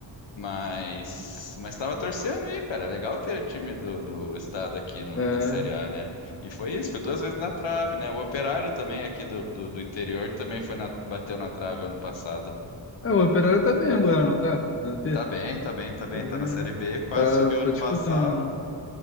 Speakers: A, on the left; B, on the left.
A: Mas, mas tava torcendo aí, cara. É Legal ter time do, do estado aqui no-
B: É.
A: na Série A, né? E foi isso, foi duas vezes na trave, né? O Operário também aqui do, do, do interior também foi na- bateu na trave ano passado.
B: É, o Operário tá bem agora, não tá? Na B?
A: Tá bem, tá bem, tá bem.
B: Tá bem,
A: Tá na Série
B: né?
A: B, quase
B: Tá,
A: subiu
B: tá
A: ano
B: disputando,
A: passado.
B: né?